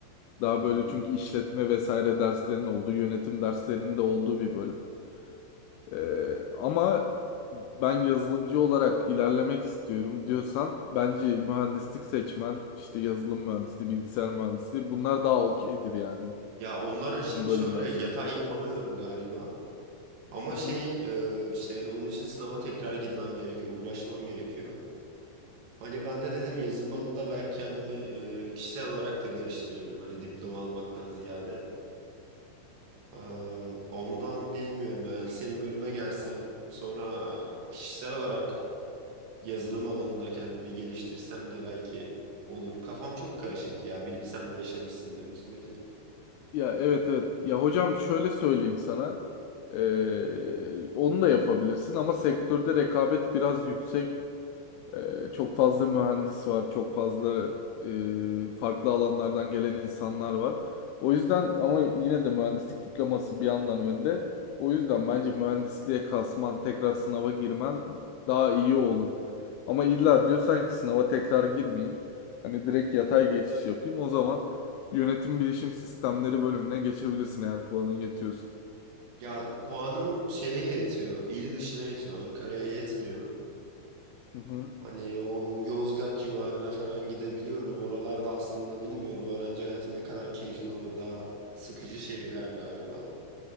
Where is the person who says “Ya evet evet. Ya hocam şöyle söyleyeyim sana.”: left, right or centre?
Left